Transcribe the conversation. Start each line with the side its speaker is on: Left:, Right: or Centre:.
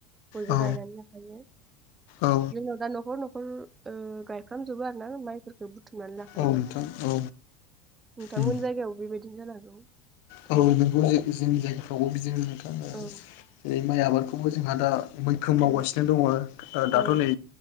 Right: बयबो
Left: औ
Right: गायनानै लाखायो।
Left: औ
Right: जोंनाव दा न'खर न'खर न'खर ओ गायफ्रामजोबो आरो ना माइफोरखौ बुथुमनानै लाखायो
Left: औ नोंथां औ
Right: नोंथांमोन
Left: उम
Right: जायगायाव बेबायदिनो जानांगौ। नोंथां
Left: औ नंगौ जोंनि जायगाफ्रावबो बिदिनो थाङो आरो
Right: औ
Left: जेरै माइ आबादखौबो जोंहा दा मैखोम मावगासिनो
Right: औ
Left: दङ दाथ'
Right: औ
Left: नै